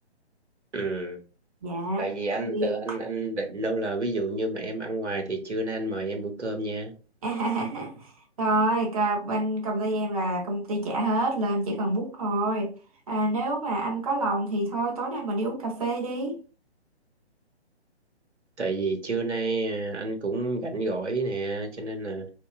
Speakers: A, on the right; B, on the right.
A: ừ
B: Dạ.
A: tại vì anh
B: Nhiều.
A: từ anh anh định đâu là ví dụ như mà em ăn ngoài thì trưa nay anh mời em bữa cơm nha
B: <laughs> Rồi, cà- bên công ty em là công ty trả hết lên chỉ cần bút thôi. À, nếu mà anh có lòng thì thôi tối nay mình đi uống cà phê đi.
A: tại vì trưa nay à, anh cũng rảnh rỗi nè cho nên là